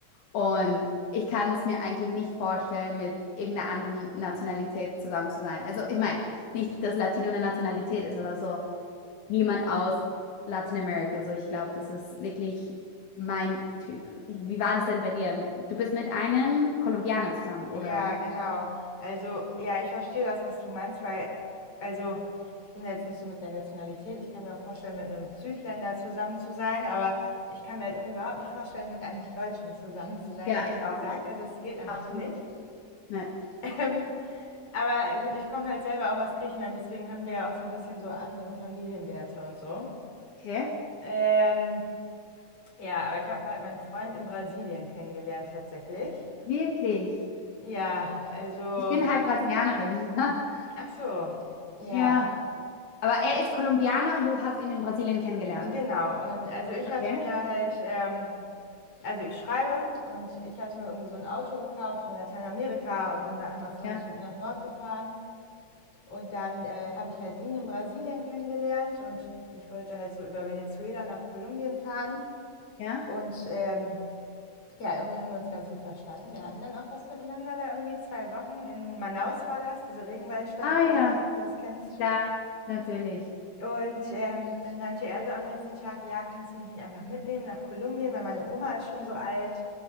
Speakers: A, on the left; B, on the left.
A: Und ich kann es mir eigentlich nicht vorstellen, mit irgendeiner anderen Nationalität zusammen zu sein. Also ich meine, nicht, dass Latino eine Nationalität ist, aber so jemand aus Lateinamerika. So, ich glaube, das ist wirklich mein Typ. Ich, wie war das denn bei dir? Du bist mit einem Kolumbianer zusammen, oder?
B: Ja, genau. Also, ja, ich verstehe das, was du meinst, weil, also, ich bin da jetzt nicht so mit der Nationalität. Ich kann mir auch vorstellen, mit einem Südländer zusammen zu sein, aber ich kann mir halt irgendwie überhaupt nicht vorstellen, mit einem Deutschen zusammen zu sein,
A: Ja,
B: ehrlich
A: ich auch
B: gesagt.
A: nicht.
B: Also, es geht einfach
A: Absolut
B: nicht.
A: nicht. Nein.
B: <laughs> ähm, aber gut, ich komme halt selber auch aus Griechenland, deswegen haben wir ja auch so ein bisschen so andere Familienwerte und so.
A: Okay.
B: Ähm, ja, aber ich habe halt meinen Freund in Brasilien kennengelernt tatsächlich.
A: Wirklich.
B: Ja, also
A: Ich bin halb Brasilianerin. <laughs>
B: Ach so, ja,
A: Ja. Aber er ist Kolumbianer und du hast ihn in Brasilien kennengelernt.
B: genau. Und also ich
A: Okay.
B: hatte mir halt, ähm, also ich schreibe und ich hatte mir irgendwie so ein Auto gekauft in Lateinamerika und bin da einmal von
A: Ja.
B: Süd nach Nord gefahren. Und dann äh, habe ich halt ihn in Brasilien kennengelernt und ich wollte halt so über Venezuela nach Kolumbien fahren.
A: Ja.
B: Und ähm, ja, irgendwie haben wir uns ganz gut verstanden. Wir hatten dann auch was miteinander da irgendwie zwei Wochen. In Manaus war das, diese Regenwaldstadt.
A: Ah
B: Ich weiß
A: ja.
B: nicht, ob du das kennst.
A: Klar. Natürlich.
B: Und ähm, dann meinte er so am letzten Tag, ja, kannst du mich nicht einfach mitnehmen nach Kolumbien, weil meine Oma ist schon so alt